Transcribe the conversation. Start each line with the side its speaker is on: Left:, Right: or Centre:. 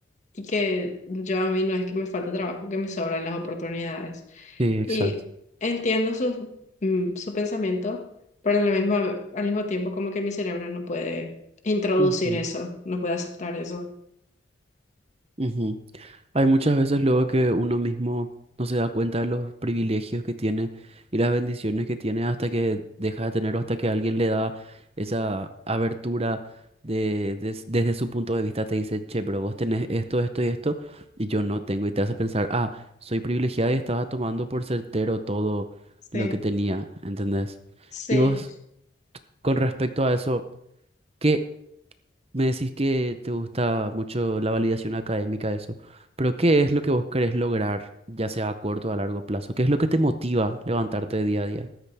Left: y que yo a mí no es que me falte trabajo, que me sobran las oportunidades.
Right: Sí, exacto.
Left: Y entiendo su, mm, su pensamiento, pero a la misma, al mismo tiempo como que mi cerebro no puede introducir
Right: ujú,
Left: eso, no puede aceptar eso.
Right: ujú. Hay muchas veces luego que uno mismo no se da cuenta de los privilegios que tiene y las bendiciones que tiene hasta que deja de tener o hasta que alguien le da esa abertura de, des- desde su punto de vista te dice, che, pero vos tenés esto, esto y esto y yo no tengo y te hace pensar, ah, soy privilegiada y estaba tomando por certero todo
Left: Sí,
Right: lo que tenía, ¿entendés?
Left: sí.
Right: Y vos, con respecto a eso, ¿qué? Me decís que te gusta mucho la validación académica, eso, pero ¿qué es lo que vos querés lograr, ya sea a corto o a largo plazo? ¿Qué es lo que te motiva levantarte día a día?